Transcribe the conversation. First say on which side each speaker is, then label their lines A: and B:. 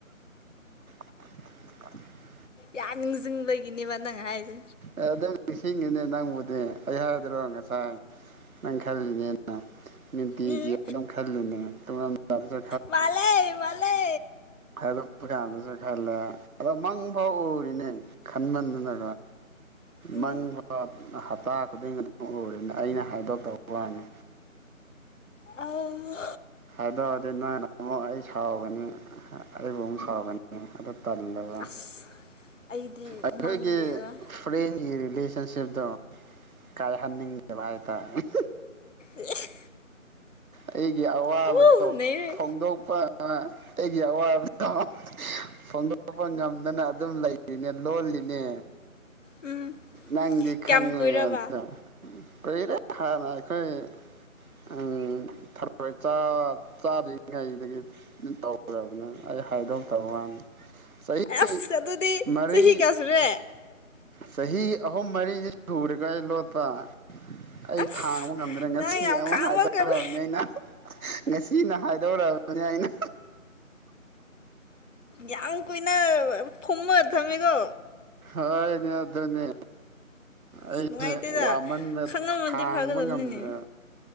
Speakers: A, on the right (about 80°); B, on the left (about 60°).
A: <inaudible>
B: ꯌꯥ ꯅꯤꯡꯖꯤꯡꯕꯒꯤꯅꯦꯕ ꯅꯪ ꯍꯥꯏꯖꯦ
A: ꯑꯦ ꯑꯗꯨꯝ ꯅꯤꯡꯁꯤꯡꯉꯤꯅꯦ ꯅꯪꯕꯨꯗꯤ ꯑꯩ ꯍꯥꯏꯗ꯭ꯔꯣ ꯉꯁꯥꯏ ꯅꯪ ꯈꯥꯜꯂꯤꯅꯦ ꯅꯨꯡꯇꯤꯒꯤ
B: ꯎꯝ
A: ꯑꯗꯨꯝ ꯈꯂꯤꯅꯦ ꯇꯨꯃꯝꯗꯥꯏꯗꯁꯨ
B: ꯃꯥꯜꯂꯦ ꯃꯥꯜꯂꯦ
A: ꯍꯥꯏꯗꯣꯛꯄ ꯀꯥꯟꯗꯁꯨ ꯈꯜꯂꯦ ꯑꯗꯣ ꯃꯪꯚꯥꯎ ꯎꯔꯤꯅꯦ ꯈꯟꯃꯟꯗꯅ
B: ꯎꯝ
A: ꯃꯪꯚꯥꯎ ꯍꯞꯇꯥ ꯈꯨꯗꯤꯡ ꯑꯗꯨꯝ ꯎꯔꯤꯅꯦ ꯑꯩꯅ ꯍꯥꯏꯗꯣꯛ ꯇꯕ ꯋꯥꯅꯤ
B: ꯑꯧ
A: ꯍꯥꯏꯗꯣꯛꯑꯗꯤ ꯅꯪꯅ ꯑꯃꯨꯛ ꯑꯩ ꯁꯥꯎꯒꯅꯤ ꯑꯩꯕꯨ ꯑꯃꯨꯛ ꯁꯥꯎꯒꯅꯤ ꯑꯗ ꯇꯜꯂꯕ
B: ꯑꯁ ꯑꯩꯗꯤ
A: ꯑꯩꯈꯣꯏꯒꯤ
B: ꯃꯪꯗꯦꯗ
A: ꯐ꯭ꯔꯦꯟꯒꯤ ꯔꯤꯂꯦꯁꯟꯁꯤꯞꯗꯣ ꯀꯥꯏ ꯍꯥꯟꯅꯤꯡꯗꯕ ꯍꯥꯏ ꯇꯥꯔꯦ
B: ꯏꯁ
A: ꯑꯩꯒꯤ ꯑꯋꯥꯕꯗꯣ
B: ꯎ ꯅꯩꯔꯦ
A: ꯐꯣꯡꯗꯣꯛꯄ ꯑ ꯑꯩꯒꯤ ꯑꯋꯥꯕꯗꯣ ꯐꯣꯡꯗꯣꯛꯄ ꯉꯝꯗꯅ ꯑꯗꯨꯝ ꯂꯩꯔꯤꯅꯦ ꯂꯣꯜꯂꯤꯅꯦ
B: ꯎꯝ
A: ꯅꯪꯗꯤ
B: ꯀꯌꯥꯝ
A: ꯈꯪꯉꯣꯢ
B: ꯀꯨꯏꯔꯕ
A: ꯑꯝꯇ ꯀꯨꯏꯔꯦ ꯍꯥꯟꯅ ꯑꯩꯈꯣꯏ ꯎꯝ ꯊꯔꯣꯢ ꯆꯥꯗ꯭ꯔꯤꯉꯩꯗꯒꯤ ꯇꯧꯔꯕꯅꯦ ꯑꯩ ꯍꯥꯏꯗꯣꯛꯇꯕ ꯋꯥꯅꯤ ꯆꯍꯤ
B: ꯑꯁ ꯑꯗꯨꯗꯤ
A: ꯃꯔꯤ
B: ꯆꯍꯤ ꯀꯌꯥ ꯁꯨꯔꯦ
A: ꯆꯍꯤ ꯑꯍꯨꯝ ꯃꯔꯤꯅꯤ ꯁꯨꯔꯦꯀꯣ ꯑꯩ ꯂꯣꯠꯄ ꯑꯩ
B: ꯑꯁ
A: ꯊꯥꯡꯕ ꯉꯝꯗꯅ ꯉꯁꯤ
B: ꯅꯪ ꯌꯥꯝ
A: ꯑꯃ
B: ꯈꯥꯡꯕꯒꯂꯦ
A: ꯍꯥꯏꯗꯣꯔꯕꯅꯤ ꯑꯩꯅ ꯉꯁꯤꯅ ꯍꯥꯏꯗꯧꯔꯛꯑꯕꯅꯤ ꯑꯩꯅ
B: ꯌꯥꯥꯝ ꯀꯨꯏꯅ ꯐꯨꯝꯃꯒ ꯊꯝꯃꯦꯀꯣ
A: ꯍꯅꯦ ꯑꯗꯨꯅꯤ
B: ꯑꯁ
A: ꯑꯩꯁꯦ
B: ꯅꯨꯡꯉꯥꯏꯇꯦꯗ
A: ꯋꯥꯃꯟꯗ
B: ꯈꯪꯉꯝꯃꯗꯤ
A: ꯊꯥꯡꯕ
B: ꯐꯒꯗꯕꯅꯤꯅꯦ
A: ꯉꯝꯗ꯭ꯔꯦ